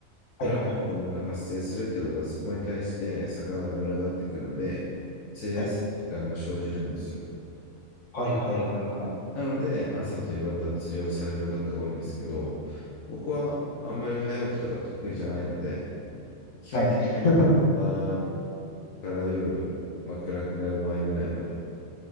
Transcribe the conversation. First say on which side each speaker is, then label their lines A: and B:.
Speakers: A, on the left; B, on the left.
A: プランクトンが発生するってことは、
B: はい、はい、はい。
A: そこに対して魚が群がってくるので、釣りやすい時間が生じるんですよ。
B: はい。はい、はい、はい、はい。
A: なので、朝と夕方釣りをされる方が多いんですけど、僕はあんまり早起きとか得意じゃないので、基本的に夕方
B: はい。<laughs>
A: から夜、まあ、暗くなる前ぐらいまでで